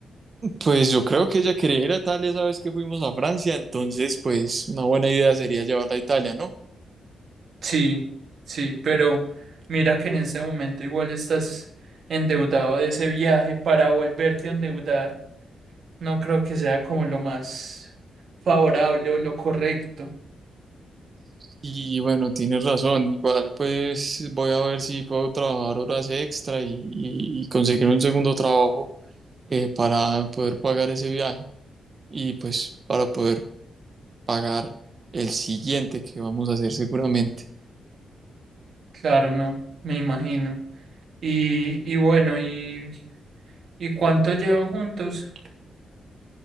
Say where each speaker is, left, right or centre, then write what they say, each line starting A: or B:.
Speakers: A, on the right; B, on the right.
A: Pues yo creo que ella quería ir a Italia, sabes que fuimos a Francia, entonces pues una buena idea sería llevarla a Italia, ¿no?
B: Sí, sí, pero mira que en ese momento igual estás endeudado de ese viaje para volverte a endeudar. No creo que sea como lo más favorable o lo correcto.
A: Y bueno, tienes razón. Igual pues voy a ver si puedo trabajar horas extra y, y- y conseguir un segundo trabajo eh, para poder pagar ese viaje y pues para poder pagar el siguiente que vamos a hacer seguramente.
B: Claro, no, me imagino. Y, y bueno, ¿y, y cuánto llevan juntos?